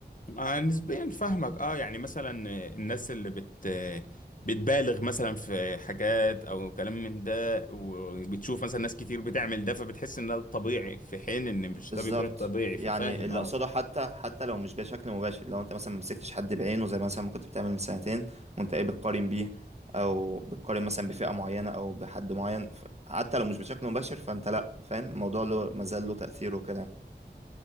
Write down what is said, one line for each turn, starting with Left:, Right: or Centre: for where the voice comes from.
Left: آه نسبيا فاهمك اه يعني مثلا آه، الناس اللي بت آه، بتبالغ مثلا في حاجات او كلام من ده وبتشوف مثلا ناس كتير بتعمل ده فبتحس ان ده الطبيعي في حين ان مش
Right: بالظبط
Left: ده بيكون الطبيعي
Right: يعني
Left: ففاهم
Right: اللي
Left: اه
Right: اقصده حتى حتى لو مش بشكل مباشر لو انت مثلا مسكتش حد بعينه زي مثلا ما كنت بتعمل من سنتين وانت ايه بتقارن بيه او بتقارن مثلا بفئة معينة او بحد معين ف- حتى لو مش بشكل مباشر فانت لا فاهم الموضوع له مازال له تأثيره كده